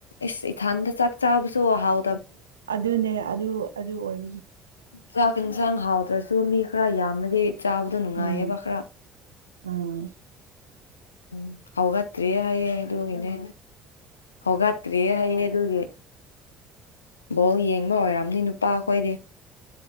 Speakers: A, on the left; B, on the right.
A: ꯑꯦꯁ ꯏꯊꯟꯗ ꯆꯥꯛ ꯆꯥꯕꯁꯨ ꯑꯍꯥꯎ
B: ꯑꯗꯨꯅꯦ ꯑꯗꯨ ꯑꯗꯨ ꯑꯣꯏ
A: ꯆꯥꯛ ꯏꯟꯁꯥꯡ ꯍꯥꯎꯗ꯭ꯔꯁꯨ ꯃꯤ ꯈꯔ ꯌꯥꯝꯅꯗꯤ ꯆꯥꯕꯗꯣ ꯅꯨꯡꯉꯥꯏꯌꯦꯕ
B: ꯎꯝ
A: ꯈꯔ
B: ꯎꯝ
A: ꯎꯝ ꯍꯧꯒꯠꯇ꯭ꯔꯤꯌꯦꯍꯥꯏꯌꯦ ꯑꯗꯨꯒꯤꯅꯦ ꯍꯧꯒꯠꯇ꯭ꯔꯤꯌꯦ ꯍꯥꯏꯌꯦ ꯑꯗꯨꯒꯤ ꯕꯣꯜ ꯌꯦꯡꯕ ꯑꯣꯏꯔꯝꯅꯤ ꯅꯨꯄꯥꯈꯣꯏꯗꯤ